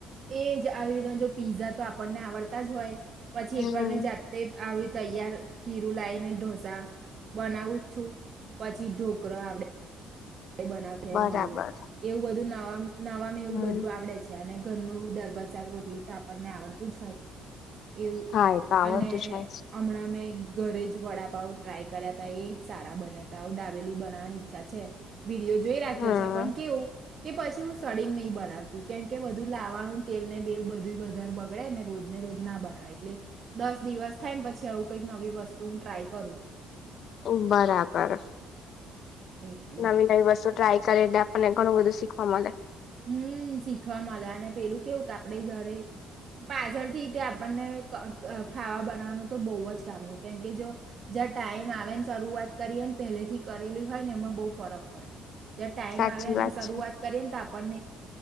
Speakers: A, on the right; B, on the left.
A: એજ આવી રીતના જો પીઝા તો આપણને આવડતા જ હોય. પછી
B: હમ
A: એક વાર મેં જાતે આવી તૈયાર ખીરું લાવને ઢોસા બનાવું છું, પછી ઢોકરો આવડે. બનાવ થ
B: બરાબર
A: મળવું એવું બધું ન નવામ એવું
B: હમ
A: બધું આવડે છે, અને ઘરનું દરબાજ શાક રોટલી તો આપ પણને આવડતું જ હોય. એવું
B: હા એ તો આવડતું
A: અને
B: છે
A: હમણાં મેં ઘરે જ વડાપાવ ટ્રાય કર્યા ત એ સારા બન્યા ત ડાબેલી બનાવવાની ઈચ્છા છે. વિડીયો જોઈ રાખ્યો
B: હમ
A: છે પણ કેવું કે પછી હું સડીંગ નહી બનાવતી કેમ કે બધું લાવવાનું તેલ ને બેલ બધું વધારે બગડેને રોજ ને રોજ ના બનાવે એટલે, દસ દિવસ થાય ને પછી આવું કઈક નવી વસ્તુ હું ટ્રાય કરું.
B: ઓ બરાબર.
A: એટલે
B: નવી નવી વસ્તુ ટ્રાય કરે એટલે આપણને ઘણું બધું શીખવા મળે.
A: હમ <unintelligible> જ ટાઈમ
B: સાચી
A: આવે અને
B: વાત
A: શરૂઆત
B: છે
A: કરીએને આપ <unintelligible> ખબર